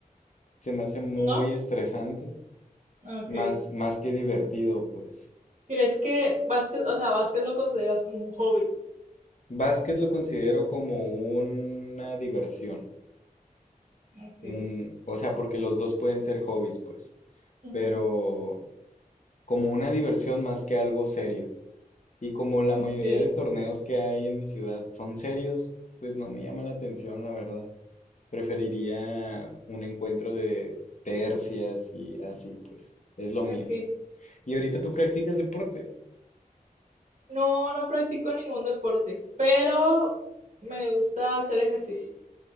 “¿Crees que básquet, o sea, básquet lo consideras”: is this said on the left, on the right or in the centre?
Right